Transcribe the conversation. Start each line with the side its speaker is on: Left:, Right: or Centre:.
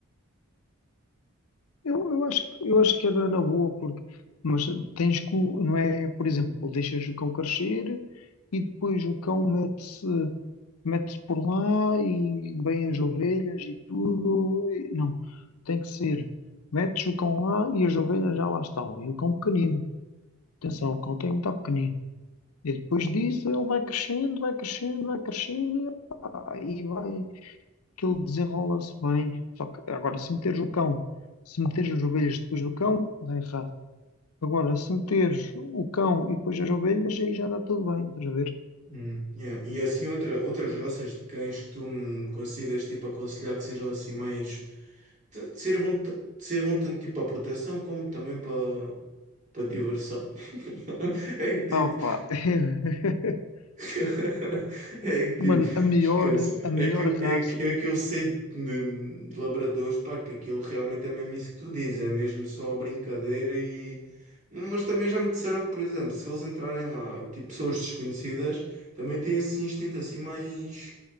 Left: eu, eu acho, que- eu acho que era na boa, porque, mas tens que, o- não é, por exemplo, deixas o cão crescer e depois o cão mete-se mete-se por lá e vêm as ovelhas e tudo. E- Não, tem que ser, metes o cão lá e as ovelhas já lá estão, e o cão pequenino. Atenção, o cão tem muito pequenino. E depois disso ele vai crescendo, vai crescendo, vai crescendo e, epá, e vai que ele desenrola-se bem. Só que agora se meteres o cão, se meteres as ovelhas depois do cão, dá errado. Agora, se meteres o cão e depois as ovelhas, aí já dá tudo bem, estás a ver?
Right: Hum, yeah. E assim outra, outras raças de cães que tu me consigas tipo aconselhar que sejam assim mais te- te sirvam, t- te sirvam tanto tipo para proteção como também para para diversão. <laughs> É que tipo,
Left: Ah, opa. <laughs>
Right: <laughs> É que tipo,
Left: Mano, a melhor,
Right: esquece.
Left: a
Right: É
Left: melhor
Right: que eu, é
Left: raça.
Right: que, é que eu sei de, de labradores, pá, que aquilo realmente é mesmo isso que tu dizes, é mesmo só brincadeira e. Mas também já me disseram que, por exemplo, se eles entrarem lá, tipo pessoas desconhecidas, também têm esse instinto assim mais,